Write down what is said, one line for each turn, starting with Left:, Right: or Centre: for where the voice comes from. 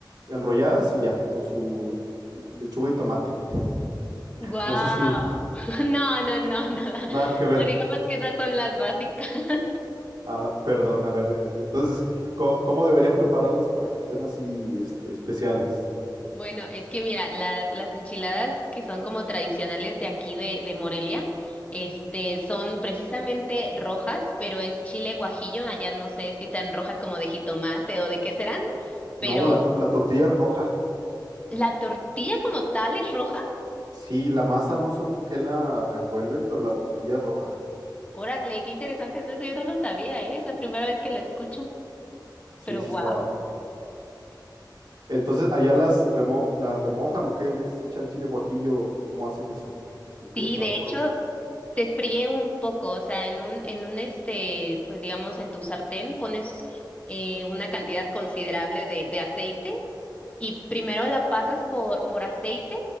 Right: enrolladas y ya, con su lechuga y tomate.
Left: Guau.
Right: No sé si,
Left: <laughs> No, no, no, nada.
Right: Nada que
Left: No,
Right: ver.
Left: digamos que esas son las básicas. <laughs>
Right: Ah, perdón, a ver. eh, Entonces, ¿co- ¿cómo, debería prepararlas para que estén así, este, especiales?
Left: Bueno, es que mira, las, las enchiladas que son como tradicionales de aquí de, de Morelia, este, son precisamente rojas, pero es chile guajillo, allá no sé si sean rojas como de jitomate o de qué serán,
Right: No,
Left: pero
Right: la, to- la tortilla es roja.
Left: la tortilla como tal es roja.
Right: Sí, la masa no sé con qué la revuelven, pero la tortilla es roja.
Left: Órale, qué interesante, no, eso yo no lo sabía, ¿eh? Es la primera vez que lo escucho,
Right: Sí,
Left: pero
Right: sí
Left: wow.
Right: está. Entonces, ¿allá las, remo- las remojan o qué? ¿Les echan chile guajillo? o ¿Cómo hacen eso? ¿O qué?
Left: Sí,
Right: ¿Para,
Left: de
Right: cómo
Left: hecho,
Right: lo-
Left: se fríe un poco, o sea, en un, en un este, pues digamos, en tu sartén pones eh, una cantidad considerable de, de aceite y primero la pasas por, por aceite